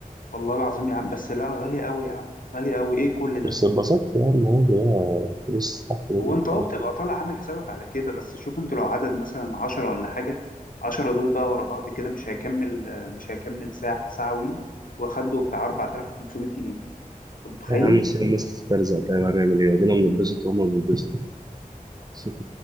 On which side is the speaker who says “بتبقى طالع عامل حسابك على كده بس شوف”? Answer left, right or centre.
Left